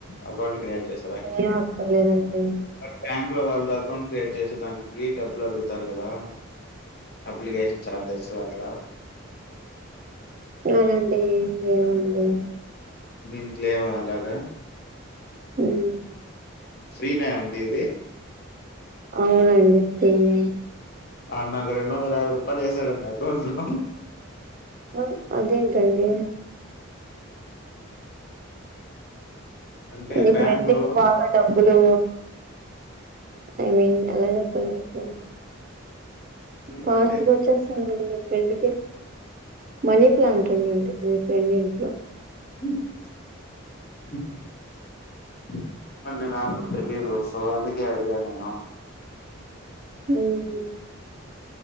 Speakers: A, on the left; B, on the right.
A: అకౌంట్ క్రియేట్ చేసేదానికి
B: ఏం అక్కర్లేదండి
A: అ బ్యాంక్ లో వాళ్ళు అకౌంట్ క్రియేట్ చేసే దానికి డబ్బులు అడుగుతారు గదా అప్లికేషన్ ఛార్జెస్ అట్లా
B: అలాంటి ఎమ్ లేవండి
A: దిన్కి లేవా అలాగా
B: ఉమ్
A: ఫ్రీనే అండి ఇది
B: అవునండి ఫ్రీనే
A: ఆడు నాకు రెండు వందల యాభై రూపాయలు వేసాడండి అకౌంట్ లో
B: అ అదేంటండి
A: అంటే
B: మీ
A: బ్యాంక్‌లో
B: ఫ్రెండ్ కి బాగా డబ్బులు ఐ మీన్ ఎలా చెప్పాలి ఇప్పుడు
A: హ్మ్.
B: పాస్ట్
A: అంటే
B: వచ్చేస్తాను మీ ఫ్రెండ్ కి మనీ ప్లాంట్ ఉండి ఉంటది. మీ ఫ్రెండ్ ఇంట్లో
A: <inaudible> ఏమో అండి నాకు కూడా తెలిదు సొ అందుకే అడిగా నేను
B: ఉమ్